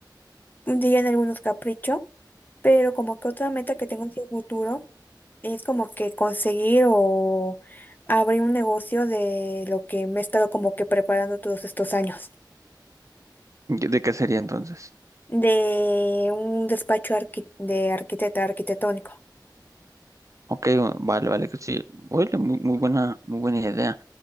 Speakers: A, on the left (about 25°); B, on the right (about 45°).
A: dirían algunos capricho, pero como que otra meta que tengo en el futuro es como que conseguir o abrir un negocio de lo que me he estado como que preparando todos estos años,
B: ¿De qué sería entonces?
A: de un despacho arqui- de arquitecta arquitectónico.
B: Ok, o- vale, vale, que sí. Oye, muy, muy buena, muy buena idea.